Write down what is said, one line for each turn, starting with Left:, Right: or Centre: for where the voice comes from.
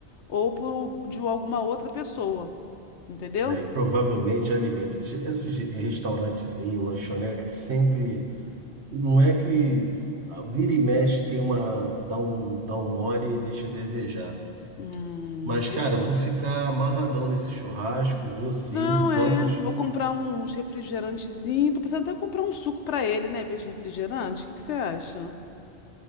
Left: ou por de alguma outra pessoa, entendeu?
Right: É, provavelmente alimenta. Esses esses restaurantezinhos, lanchonetes, sempre. Não é que s- vira e mexe, tem uma. Dá um, dá um mole e deixa a desejar.
Left: Hum,
Right: Mas,
Left: verdade.
Right: cara, eu vou ficar amarradão nesse churrasco, vou sim,
Left: Não,
Right: vamos.
Left: é. Vou comprar uns refrigerantezinhos. Tô pensando até em comprar um suco pra ele, né? Em vez de refrigerante. O que que você acha?